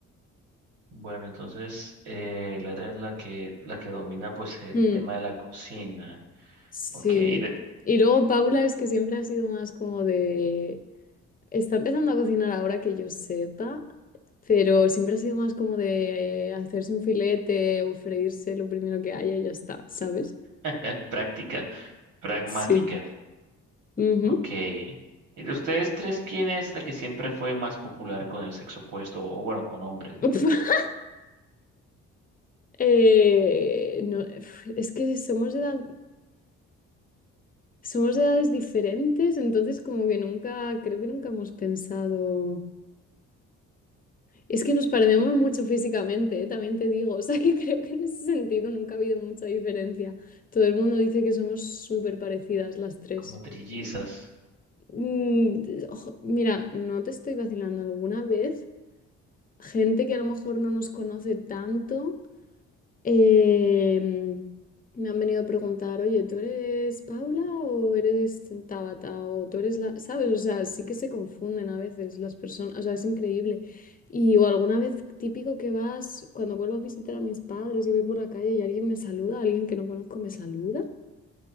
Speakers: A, on the right; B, on the left.
A: Bueno, entonces eh, Lara es la que la que domina pues el
B: Mm,
A: tema de la cocina.
B: sí.
A: Ok, de-
B: Y luego Paula es que siempre ha sido más como de... Está empezando a cocinar ahora que yo sepa, pero siempre ha sido más como de eh, hacerse un filete o freírse lo primero que haya y ya está, ¿sabes?
A: <laughs> práctica, pragmática.
B: Sí. Ujú.
A: Ok. ¿Y de ustedes tres, quién es la que siempre fue más popular con el sexo opuesto? O bueno, con hombres, ¿no?
B: <laughs> Eh, no, es que somos de edad- somos de edades diferentes, entonces como que nunca, creo que nunca hemos pensado. Es que nos parecemos mucho físicamente, eh, también te digo, <laughs> o sea que <laughs> creo que en ese sentido nunca ha habido mucha diferencia. Todo el mundo dice que somos súper parecidas las tres.
A: Como trillizas.
B: Mm, ojo, mira, no te estoy vacilando alguna vez. Gente que a lo mejor no nos conoce tanto Em, me han venido a preguntar, oye, ¿tú eres Paula o eres Tabata o tú eres la... ¿Sabes? O sea, sí que se confunden a veces las personas, o sea, es increíble. Y o alguna vez típico que vas, cuando vuelvo a visitar a mis padres y voy por la calle y alguien me saluda, alguien que no conozco me saluda.